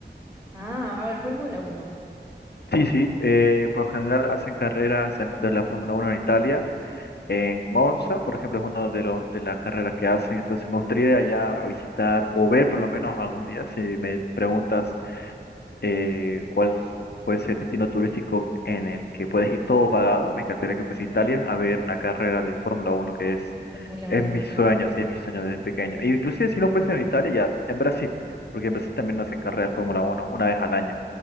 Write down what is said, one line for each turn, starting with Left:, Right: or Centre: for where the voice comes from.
Centre: Ah, a ver, Fórmula Uno.
Left: Sí, sí, eh, por lo general hacen carreras en- de la Fórmula Uno en Italia. En Monza, por ejemplo, es una de, los- de las carreras que hacen, entonces me gustaría ir allá a visitar o ver por lo menos algún día, si me preguntas eh, cuál puede ser el destino turístico en el que puedes ir todo pagado. Me encantaría que fuese Italia a ver una carrera de Fórmula Uno que es,
Centre: La Fórmula
Left: es
Centre: Uno.
Left: mi sueño, sí, es mi sueño desde pequeño. Y inclusive si no fuese en Italia, ya en Brasil, porque en Brasil también hacen carreras de Fórmula Uno una vez al año.